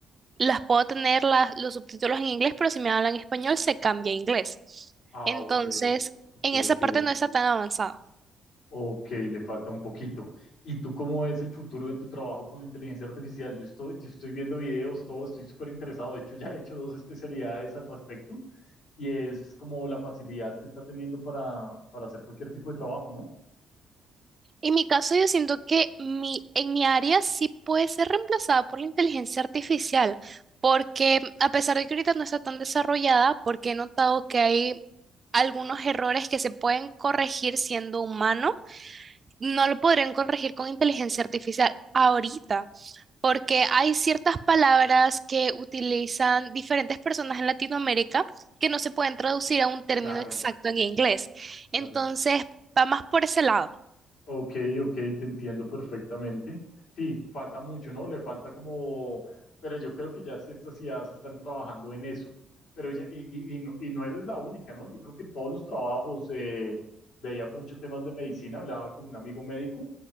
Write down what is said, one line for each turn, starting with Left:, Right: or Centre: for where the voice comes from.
Right: las puedo tener las- los subtítulos en inglés, pero si me hablan en español, se cambia a inglés.
Left: Ah,
Right: Entonces,
Left: ok, ok,
Right: en esa
Left: ok.
Right: parte no está tan avanzado.
Left: Ok, le falta un poquito. ¿Y tú cómo ves el futuro de tu trabajo con la inteligencia artificial? Yo estoy, yo estoy viendo videos, todo, estoy súper interesado. De hecho, ya he hecho dos especialidades al respecto y es como la facilidad que está teniendo para, para hacer cualquier tipo de trabajo, ¿no?
Right: En mi caso, yo siento que mi, en mi área sí puede ser reemplazada por la inteligencia artificial, porque a pesar de que ahorita no está tan desarrollada, porque he notado que hay algunos errores que se pueden corregir siendo humano, no lo podrían corregir con inteligencia artificial ahorita, porque hay ciertas palabras que utilizan diferentes personas en Latinoamérica que no se pueden traducir a un término
Left: Claro,
Right: exacto en inglés.
Left: claro.
Right: Entonces, va más por ese lado.
Left: Ok, ok, te entiendo perfectamente. Sí, falta mucho, ¿no? Le falta como, pero yo creo que ya sí estas ideas están trabajando en eso. Pero ya, y, y, y no, y no eres la única, ¿no? Yo creo que todos los trabajos, eh, veía muchos temas de medicina, hablaba con un amigo médico,